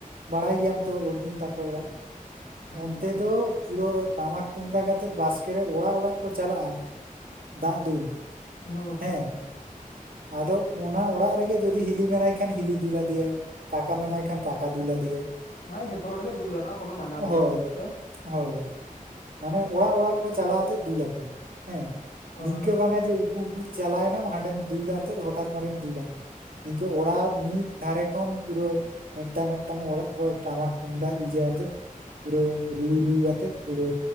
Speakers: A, on the right; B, on the left.
A: ᱵᱟᱲᱟᱭ
B: ᱦᱮᱸ
A: ᱜᱮᱭᱟᱢ ᱛᱚ ᱚᱨᱡᱩᱱ ᱛᱟᱠᱚ ᱚᱲᱟᱜ, ᱚᱱᱛᱮ
B: ᱦᱩᱸ ᱦᱩᱸ
A: ᱫᱚ ᱯᱩᱨᱟᱹ ᱴᱟᱢᱟᱠ ᱛᱩᱢᱫᱟᱜ ᱠᱟᱛᱮᱜ ᱵᱟᱥᱠᱮ ᱨᱮ ᱚᱲᱟᱜ, ᱚᱲᱟᱜ ᱠᱚ ᱪᱟᱞᱟᱜᱼᱟ᱾ ᱫᱟᱜ ᱫᱩᱞ
B: ᱦᱩᱸ
A: ᱦᱮᱸ
B: ᱦᱩᱸ ᱦᱩᱸ ᱾
A: ᱟᱫᱚ ᱚᱱᱟ ᱚᱲᱟᱜ ᱨᱮᱜᱮ ᱡᱚᱫᱤ ᱦᱤᱞᱤ ᱢᱮᱱᱟᱭ ᱠᱷᱟᱱ ᱦᱤᱞᱤ ᱫᱩᱞ ᱟᱫᱮᱭᱟᱭ ᱾ ᱠᱟᱠᱟ ᱢᱮᱱᱟᱭ ᱠᱷᱟᱱ ᱠᱟᱠᱟ ᱫᱩᱞ ᱟᱫᱤᱭᱟ. ᱾
B: ᱢᱟᱱᱮ ᱡᱷᱚᱛᱚ ᱦᱚᱲ ᱜᱮ ᱫᱩᱞ ᱜᱟᱱᱚᱜᱼᱟ ᱠᱚᱱᱳ ᱢᱟᱱᱟ ᱵᱟᱹᱱᱩᱜ-ᱟ
A: ᱦᱳᱭ
B: ᱚᱸᱰᱮ ᱫᱚ᱾
A: ᱦᱳᱭ, ᱢᱟᱱᱮ ᱚᱲᱟᱜ ᱚᱲᱟᱜ ᱠᱚ ᱪᱟᱞᱟᱣ ᱟᱛᱮᱜ ᱫᱩᱞᱟᱠᱚ᱾ ᱦᱮᱸ,
B: ᱚ
A: ᱱᱤᱝᱠᱟᱹ ᱵᱟᱝᱟ ᱡᱮ ᱩᱠᱩ ᱩᱠᱩ ᱪᱟᱞᱟᱣ ᱮᱱᱟᱢ ᱦᱟᱸᱰᱮᱢ ᱫᱩᱞ ᱟᱛᱮᱫ ᱦᱚᱴᱟᱛ ᱢᱟᱨᱤᱢ ᱫᱩᱞᱟ ᱱᱤᱝᱠᱟᱹ ᱚᱲᱟᱜ ᱢᱤᱫ ᱫᱷᱟᱨᱮ ᱠᱷᱚᱱ ᱯᱩᱨᱟᱹ ᱢᱤᱫᱴᱟᱝ ᱢᱤᱫᱴᱟᱝ ᱚᱲᱟᱜ ᱠᱚ ᱴᱟᱢᱟᱠ ᱴᱩᱢᱰᱟᱜ ᱤᱭᱟᱹ ᱟᱛᱮᱫ ᱯᱩᱨᱟᱹ ᱨᱩ ᱨᱩᱭᱟᱛᱮᱫ ᱯᱩᱨᱟᱹ